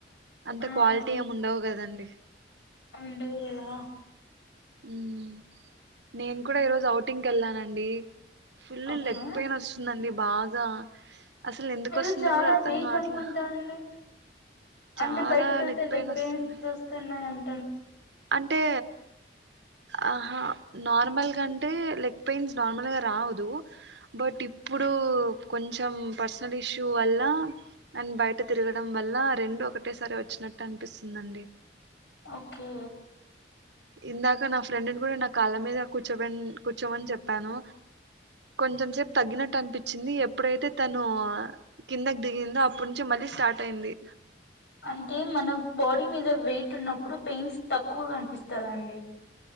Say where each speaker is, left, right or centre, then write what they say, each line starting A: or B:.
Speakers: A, on the right; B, on the left.
A: అంత
B: ఆ
A: క్వాలిటీ ఏం ఉండవు కదండి
B: ఉండవు గదా
A: మ్మ్ నేను కూడా ఈరోోజు అఔటింగ్ కి వెళ్ళానండి ఫుల్
B: ఓకే
A: లెగ్ పెయిన్ వస్తుందండి బాగా అసలు ఎందుకు
B: మీరు
A: వస్తుందో
B: చాలా
A: కూడా అర్థం
B: వీక్
A: కావట్లా
B: అనుకుంటా అండి అంటే
A: చాలా
B: బయటికి వెళ్తే లెగ్
A: పెయిన్ వస్తుంది
B: పెయిన్స్ చూస్తున్నాయి అన్
A: అంటే ఆహా నార్మల్ గా అంటే టే లెగ్ పెయిన్స్ నార్మల్ గా రాదు బట్ ఇప్పుడు కొంచ్ కొంచెం పర్సనల్ ఇష్యూ వల్ల అండ్ బయట తిరగడం వల్ల రెండు ఒకటేసారి వచ్చినట్టు అనిపిస్తుందండి
B: ఓకే
A: ఇందాక నా ఫ్రెండ్ని కూడా నా కాళ్ళ మీద కూర్చో కూర్చోమని చెప్పాను కొంచెం సేపు తగ్గినట్టు అనిపించింది ఎప్పుడైతే తను కిందకి దిగిందో అప్పడు నుంచే మళ్ళీ స్టార్ట్ అయింది
B: అంటే మన బాడీ మీద వెయిట్ ఉన్నప్పుడు పెయిన్స్ తక్కువ గా అనిపిస్తందండి